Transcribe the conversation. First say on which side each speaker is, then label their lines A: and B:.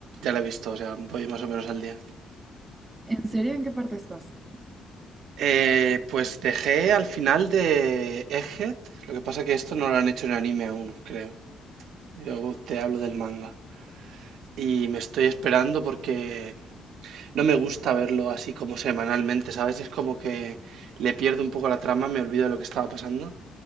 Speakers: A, on the right; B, on the right.
A: ya la he visto, o sea, voy más o menos al día.
B: ¿En serio? ¿En qué parte estás?
A: Eh, pues dejé al final de Egghead, lo que pasa que esto no lo han hecho en anime aún, creo. Yo te hablo del manga. Y me estoy esperando porque No me gusta verlo así como semanalmente, ¿sabes? Es como que le pierdo un poco la trama, me olvido de lo que estaba pasando.